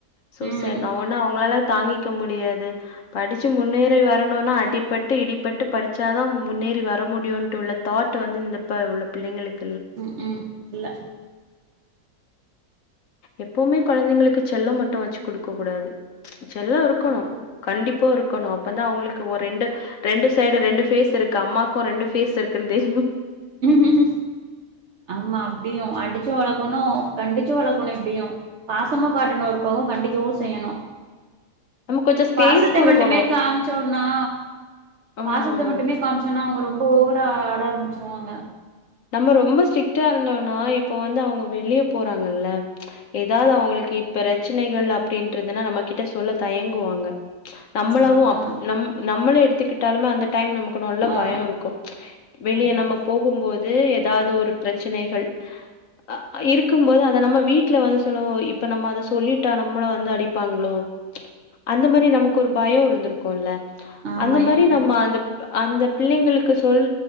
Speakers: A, on the left (about 60°); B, on the right (about 55°).
A: சூசைடு
B: ம்
A: தா ஒன்னா அவங்களால தாங்கிக்க முடியாது படிச்சு முன்னேறி வரணும்னா அடிபட்டு இடிபட்டு படிச்சாதா முன்னேறி வர முடியு ட்டு உள்ள தாட் வந்து இந்த உள்ள பிள்ளிங்களுக்கு
B: உம் உம் இல்ல
A: எப்புமே கெழந்திங்களுக்கு செல்லம் மட்டு வெச்சு குடுக்க கூடாது செல்லா இருக்கணு
B: ம்
A: கண்டிப்பா இப்போ இருக்கணு அப்ப தா அவங்களுக்கு ஒரு ரெண்டு ரெண்டு சைடு ரெண்டு பேஸ் இருக்கு அம்மாக்கு ரெண்டு பேஸ் இருக்குன்னு தெரியு
B: உஹம் உஹ ஆமா அப்டியு அடிச்சு வளக்கணு கண்டிச்சு வளக்கணு இப்டியு பாசமு காட்டணு ஒரு பக்கோ கண்டிக்கவு செய்யணு
A: நம்ம கொஞ்சம் ஸ்பேஸ்
B: பாசத்த
A: குடுக்கணும்.
B: மட்டுமே காம்ச்சோனா
A: ஆ.
B: பாசத்த மட்டுமே காம்ச்சோனா அவுங்க ரொம் ரொம்ப ஓவரா ஆட ஆரமிச்சிருவாங்க
A: நம்ம ரொம்ப ஸ்ட்ரிக்ட்டா இருந்தோனா இப்போ வந்து அவங்க வெளிய போறாங்கல்ல எதாது
B: ம்
A: அவங்களுக்கு இப் பிரச்சனைகள் அப்டின்றதுனா நம்ம கிட்ட சொல்ல தயங்குவாங்க நம்மளவு
B: ஆமா
A: அப்புடி நம் நம்மள எடுத்து ககட்டாலுமே அந்த டைம் நமக்கு நல்லா
B: ஆ
A: பயோ இருக்கு வெளிய
B: ஆமா
A: நம்ம போகும்போ து எதாது ஒரு பிரச்சனைகள் அ அ இருக்கும் போது அத நம்ம வீட்ல வந்து சொல்லுவோ இப்ப நம்ம அத சொல்லிட்டா நம்மள வந்து அடிப்பாங்ளோ அந்த மாரி நமக்கு ஒரு பயோ இருந்திருக்கூல்ல
B: ஆமா
A: அந்த மாரி
B: இருக்கும்
A: நம்ம அந்தப் ப அந்த பிள்ளைங்களுக்கு சொல்